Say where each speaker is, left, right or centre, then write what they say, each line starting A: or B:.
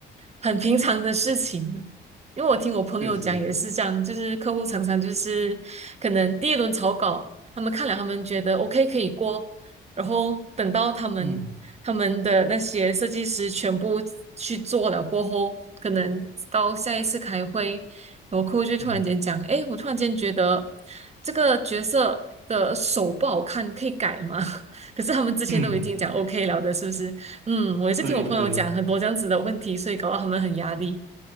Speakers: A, on the right; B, on the right.
A: 很平常的事情的因为我听我朋友讲也是这样，
B: 确实，
A: 就是客户常常就是可能第一轮草稿，他们看了他们觉得 OK 可以过，然后等到他们他们的那些设计师全部去做了过后，
B: 嗯
A: 可能到下一次开会。然后客户就突然间讲，
B: 嗯
A: 哎，我突然间觉得这个角色的手不好看，可以改吗？<laughs> 可是他们之前都已经讲
B: 嗯，
A: OK 了的，是不是？嗯，我也是听我朋友讲很多这样子的问题，
B: 对对。
A: 所以搞到他们很压力。